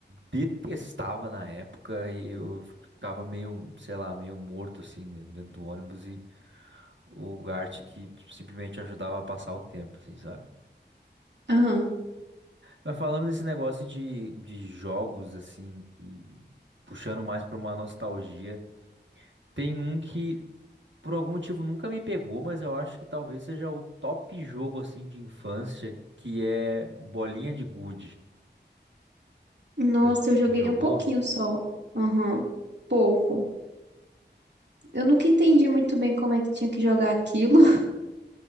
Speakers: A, on the right (about 85°); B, on the right (about 70°).
A: detestava na época e eu ficava meio, sei lá, meio morto assim, né, dentro do ônibus e O Gart que tipo, simplesmente ajudava a passar o tempo, assim, sabe?
B: Aham.
A: Mas falando desse negócio de, de jogos, assim, que puxando mais pra uma nostalgia, tem um que por algum motivo nunca me pegou, mas eu acho que talvez seja o top jogo, assim, de infância, que é Bolinha de Gude.
B: Nossa,
A: Você j-
B: eu joguei
A: você jogou?
B: um pouquinho só. Aham. Pouco. Eu nunca entendi muito bem como é que tinha que jogar aquilo. <laughs>